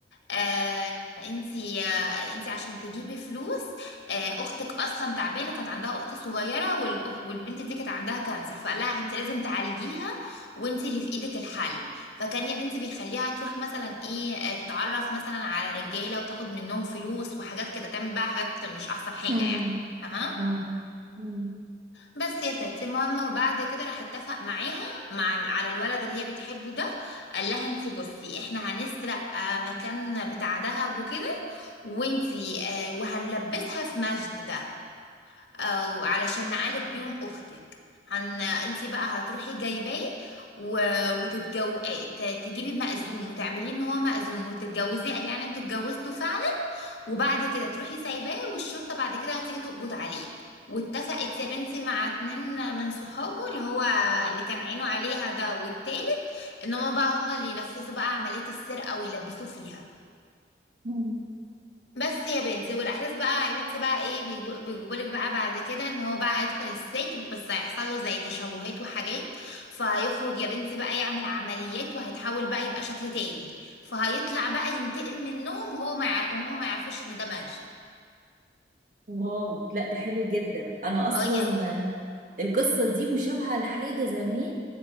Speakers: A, on the left (about 80°); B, on the right (about 50°).
A: آه انتي آه انتي عشان تجيبي فلوس آه اختك اصلا تعبانه كانت عندها اخت صغيره والأخ- والبنت دي كانت عندها كانسر فقال لها انتي لازم تعالجيها وانتي اللي في ايدك الحل فكان يا بنتي بيخليها تروح مثلا ايه آه، تتعرف مثلا على رجاله وتاخد منهم فلوس وحاجات كده تعمل بقى حاجات مش احسن حاجه
B: امم
A: يعني تمام
B: آه. أمم.
A: بس يا ستي المهم وبعد كده راح اتفق معاها مع ال- على الولد اللي هي بتحبه ده قال لها انتي بصي احنا هنسرق آه، مكان بتاع دهب وكده وانتي آه، وهنلبسها في مجد ده آه، علشان نعالج بيهم اختك هن انتي بقى هتروحي جايباه و... وتتجو ت- تجيبي مأذون وتعمليه ان هو مأذون وتتجوزيه قال يعني انتوا اتجوزتوا فعلا وبعد كده تروحي سايباه والشرطة بعد كده هتيجي تقبض عليه واتفقت يا بنتي مع اتنين من صحابه اللي هو اللي كان عينه عليها ده والتالت ان هما بقى هما اللي ينفذوا بقى عملية السرقة ويلبسوه فيها
B: أمم.
A: بس يا بنتي والاحداث بقى يا بنتي بقى ايه بيجو- بيجيبولك بقى بعد كده ان هو بقى هيدخل السجن بس هيحصل له زي تشوهات وحاجات فهيخرج يا بنتي بقى يعمل عمليات وهيتحول بقى يبقى شكل تاني فهيطلع بقى ينتقم منهم وهو ما يعرف هما ما يعرفوش ان ده مجد
B: واو لا ده حلو جدا انا اصلا
A: اه يا
B: القصة دي مشابهة لحاجة زمان